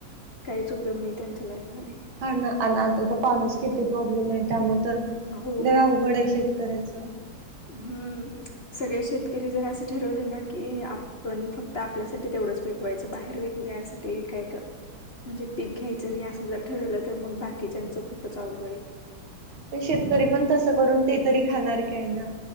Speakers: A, on the left; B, on the right.
A: काहीच उपयोग नाही त्यांच्या लाईफमध्ये
B: हा ना आन आता तर पाण्याचे किती प्रॉब्लेम ये त्यामुळं तर
A: हो
B: लई अवघड हाय शेतकऱ्याच
A: हम्म सगळे शेतकरी जर असं ठरवले ना की आप पण फक्त आपल्यासाठी तेवढंच विकवायचं बाहेर विकण्यासाठी काय का म्हणजे पीक घ्यायचं नाही असं जर ठरवलं तर मग बाकीच्याचं खूपच अवघड आहे.
B: पण शेतकरी पण तसं करून ते तरी खाणार काय ना